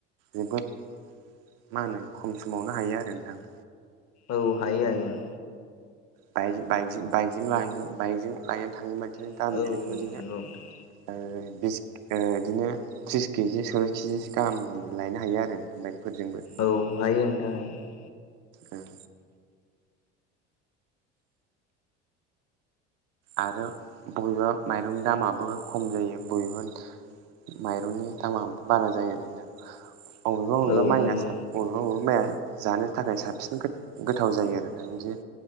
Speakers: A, on the right (about 65°); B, on the left (about 50°).
A: जोबोद मा होनो खम समावनो हायो आरो नोंथां।
B: औ हायो हायो ओं।
A: बाइकजों बाइकजों बाइकजों लायनो बाइकजों लायनो थाङोबा इदिनो
B: औ
A: गामियारिफोर बादिनो
B: नंगौ नोंथां
A: आरो बिस ओ इदिनो त्रिस केजि सल्लिस किजिसो गाहाम लायनो हायो आरो नोंथां बाइकफोरजोंबो।
B: औ हायो नोंथां हायो हायो।
A: ओं आरो बबेबा माइरंनि दामाबो खम जायो बबेबा माइरंनि दामाबो बारा जायो आरो नोंथां बबेबा बबेबा
B: औ
A: माइया
B: नंगौ
A: साब बबेबा बबेबा माइया जानो थाखाय साबसिन गो- गोथाव जायो आरो बिदिनो